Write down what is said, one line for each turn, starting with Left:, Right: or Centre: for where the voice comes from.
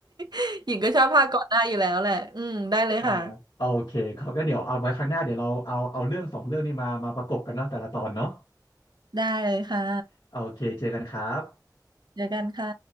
Right: <laughs> หญิงก็ชอบภาคก่อนหน้าอยู่แล้วแหละอืมได้เลยค่ะ
Left: อ่าโอเคเขาก็เดี๋ยวเอาไว้ครั้งหน้าเดี๋ยวเราเอาเอาเรื่องสองเรื่องนี้มามาประกบกันเนาะแต่ละตอนเนาะ
Right: ได้เลยค่ะ
Left: โอเคเจอกันครับ
Right: เจอกันค่ะ